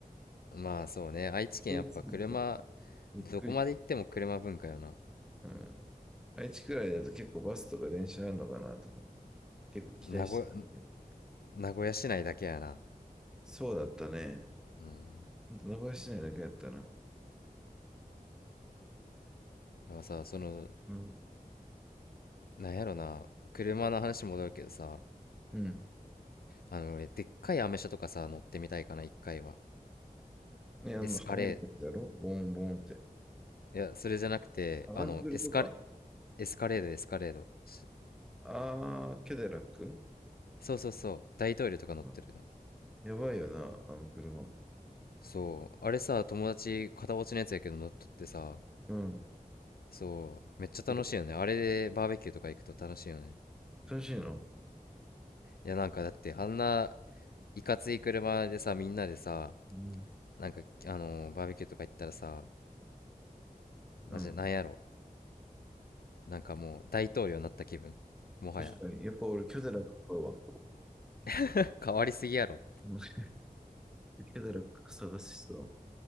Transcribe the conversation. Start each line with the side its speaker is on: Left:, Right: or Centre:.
Left: まあそうね、愛知県やっぱ車、
Centre: 通り過ぎて、びっくりした。
Left: どこまで行っても車文化よな。
Centre: うん。愛知くらいだと結構バスとか電車あるのかなとか、結構期待してたんだけど。
Left: 名古屋、名古屋市内だけやな。
Centre: そうだったね。
Left: うん。
Centre: ほんと、名古屋市内だけやったな。
Left: でもさ、その、
Centre: うん。
Left: なんやろな、車の話戻るけどさ、
Centre: うん。
Left: あの俺、でっかいアメ車とかさ、乗ってみたいかな、一回は。
Centre: ね、あの、
Left: エスカレ
Centre: 跳ねてやつやろボーンボーンって。
Left: ー、いや、それじゃなくて、
Centre: アランクルとか。
Left: あの、エスカレ、エスカレード、エスカレード。し
Centre: あー、キャデラック
Left: そうそうそう、大統領とか乗ってるの。
Centre: あやばいよな、あの車。
Left: そう、あれさ、友達、片落ちのやつやけど乗っとってさ、
Centre: うん。
Left: そう、めっちゃ楽しいよね。
Centre: てか
Left: あれでバーベキューとか行くと楽しいよね。
Centre: 楽しいの
Left: いやなんかだってあんないかつい車でさみんなでさ
Centre: うん。
Left: なんかあのーバーベキューとか行ったらさ
Centre: うん。
Left: マジでなんやろなんかもう大統領になった気分もはや
Centre: 確かに。やっぱ俺、キャデラック買うわ。
Left: <laughs> 変わりすぎやろ
Centre: <laughs> うんキャデラック探しそう。